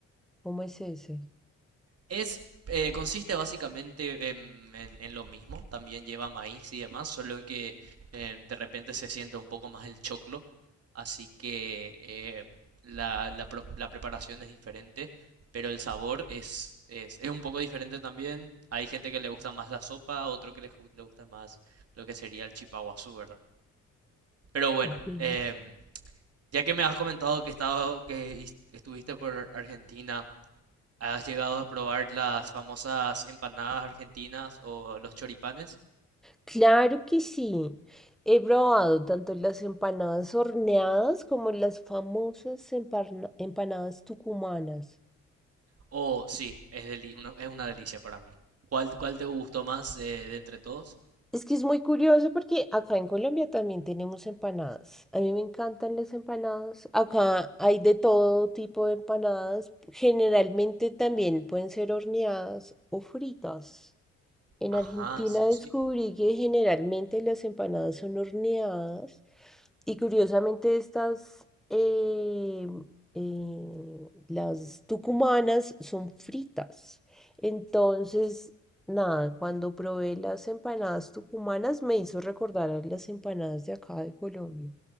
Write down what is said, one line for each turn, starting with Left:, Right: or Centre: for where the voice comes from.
Centre: ¿Cómo es ese?
Right: Es, eh, consiste básicamente en, en- en lo mismo, también lleva maíz y demás, solo que eh, de repente se siente un poco más el choclo, así que eh, la, la pro- la preparación es diferente, pero el sabor es, es, es un poco diferente también. Hay gente que le gusta más la sopa, otro que le, ju- le gusta más lo que sería el chipaguazú, ¿verdad? Pero bueno,
Centre: Ve.
Right: em, ya que me has comentado que, estaba, que is- estuviste por Argentina, ¿Has llegado a probar las famosas empanadas argentinas o los choripanes?
Centre: Claro que sí. He probado tanto las empanadas horneadas como las famosas emparna- empanadas tucumanas.
Right: Oh, sí, es, deli- una, es una delicia para mí. ¿Cuál, cuál te gustó más eh, de entre todos?
Centre: Es que es muy curioso porque acá en Colombia también tenemos empanadas. A mí me encantan las empanadas. Acá hay de todo tipo de empanadas. Generalmente también pueden ser horneadas o fritas. En
Right: Ajá,
Centre: Argentina
Right: sí,
Centre: descubrí
Right: sí.
Centre: que generalmente las empanadas son horneadas y curiosamente estas, eh, eh, las tucumanas son fritas. Entonces, nada, cuando probé las empanadas tucumanas me hizo recordar a las empanadas de acá de Colombia.